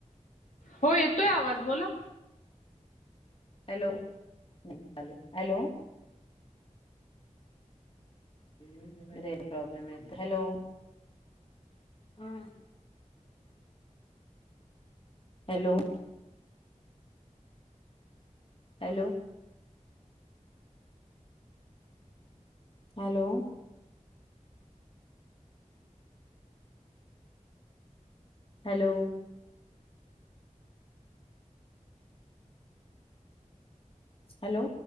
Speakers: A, on the left; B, on the left.
A: हो येतोय आवाज बोला.
B: हॅलो चाल हॅलो. प्रॉब्लेम य हॅलो. हा hello- hello! Hello! Hello! Hello!